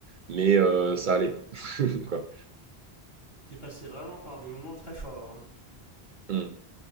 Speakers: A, on the right; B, on the left.
A: mais euh, ça allait. <laughs> quoi.
B: T'es passé vraiment par des moments très forts. Hein
A: Mm.